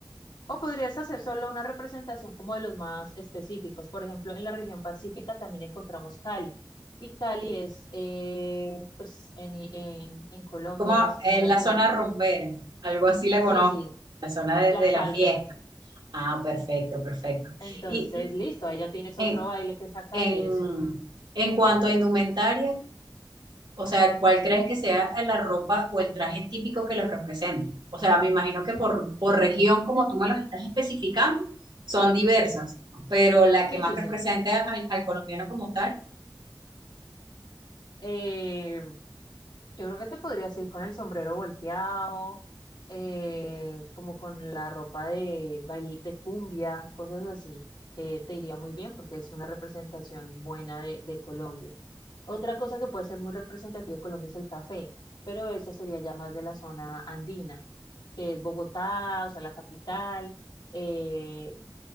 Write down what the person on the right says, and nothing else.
como
en
la
zona rumbera, algo así la
conozco,
la zona de,
de
la fiesta. Ah, perfecto, perfecto.
Y, y
en,
en,
en cuanto a indumentaria, o sea, ¿cuál crees que sea la ropa o el traje típico que los represente? O sea, me imagino que por, por región, como tú me los estás especificando, son diversas, pero la que
más
representa
al al colombiano como tal.